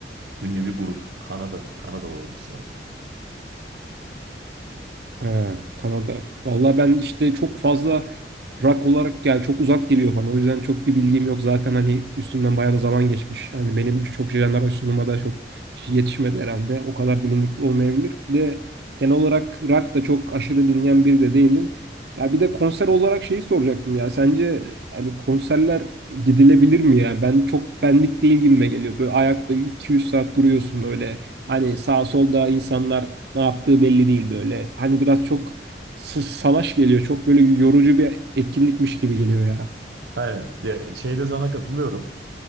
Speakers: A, on the right; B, on the right.
A: ünlü bir grup. Kanada, Kanada olması lazım.
B: Ha, Kanada. Vallahi ben işte çok fazla Rock olarak yani çok uzak geliyor bana. O yüzden çok bir bilgim yok. Zaten hani üstünden bayağı da zaman geçmiş. Yani benim çok jenerasyon sunuma da çok yetişmedi herhalde. O kadar bilindik olmayabilir. Bir de genel olarak rock da çok aşırı dinleyen biri de değilim. Ya bir de konser olarak şeyi soracaktım ya. Sence yani konserler gidilebilir mi ya? Ben çok benlik değil gibime geliyor. Böyle ayakta 200 saat duruyorsun böyle. Hani sağ solda insanlar ne yaptığı belli değil böyle. Hani biraz çok s- salaş geliyor. Çok böyle yorucu bir etkinlikmiş gibi geliyor ya.
A: Aynen. Ya, şeyde sana katılıyorum.